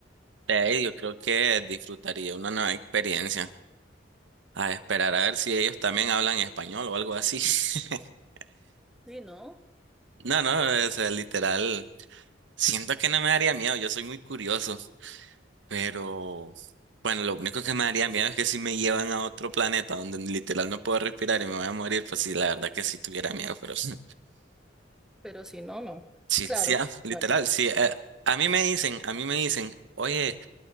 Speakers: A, on the right (about 70°); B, in the centre.
A: Eh, yo creo que disfrutaría una nueva experiencia. A esperar a ver si ellos también hablan español o algo así. <laughs>
B: Sí, no,
A: No, no, o sea, literal. Siento que no me daría miedo, yo soy muy curioso, pero bueno, lo único que me daría miedo es que si me llevan a otro planeta donde literal no puedo respirar y me voy a morir, pues sí, la verdad que sí tuviera miedo, pero <laughs> sí,
B: pero si no, no.
A: sí,
B: Claro,
A: ah, literal,
B: claro.
A: sí. eh, a mí me dicen, a mí me dicen, oye.